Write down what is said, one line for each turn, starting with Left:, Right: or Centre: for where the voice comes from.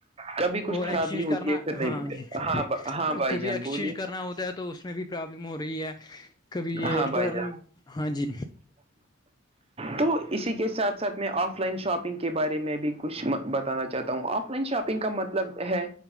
Right: کبھی کچھ
Left: اور
Right: خرابی
Left: ایککسچینج
Right: ہوتی
Left: کرنا
Right: ہے پھر نہیں
Left: ہاں جی
Right: ہاں ہاں بھائی
Left: کبھی
Right: جان
Left: ایکسچینج
Right: بولیے
Left: کرنا ہوتا ہے تو اس میں بھی پرابلم ہو رہی ہے کبھی یہ
Right: ہاں
Left: ریٹرن
Right: بھائی جان
Left: ہاں جی
Right: تو اسی کے ساتھ ساتھ میں آف لائن شاپنگ کے بارے میں بھی کچھ بتانا چاہتا ہوں آ شاپنگ کا مطلب ہے